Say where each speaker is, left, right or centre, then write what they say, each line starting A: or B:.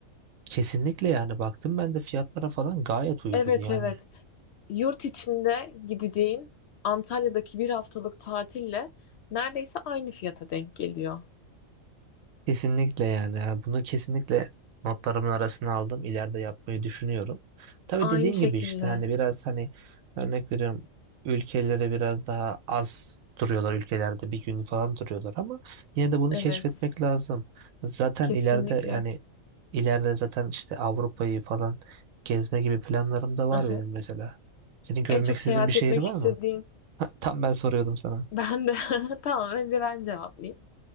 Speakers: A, on the right; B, on the left.
A: Kesinlikle yani baktım ben de fiyatlara falan gayet uygun
B: Evet
A: yani.
B: evet. Yurt içinde gideceğin Antalya'daki bir haftalık tatille neredeyse aynı fiyata denk geliyor.
A: Kesinlikle yani. Yani bunu kesinlikle notlarımın arasına aldım. İleride yapmayı düşünüyorum. Tabii
B: Aynı
A: dediğin
B: şekilde.
A: gibi işte hani biraz hani örnek veriyorum ülkelere biraz daha az duruyorlar ülkelerde bir gün falan duruyorlar ama yine de bunu
B: Evet.
A: keşfetmek lazım. Zaten
B: Kesinlikle.
A: ileride yani İleride zaten işte Avrupa'yı falan gezme gibi planlarım da var
B: Aha.
A: benim mesela. Senin görmek
B: En çok
A: istediğin
B: seyahat
A: bir şehir
B: etmek
A: var
B: istediğin
A: mı? <laughs> Tam ben soruyordum sana.
B: ben de <laughs> tamam önce ben cevaplayayım.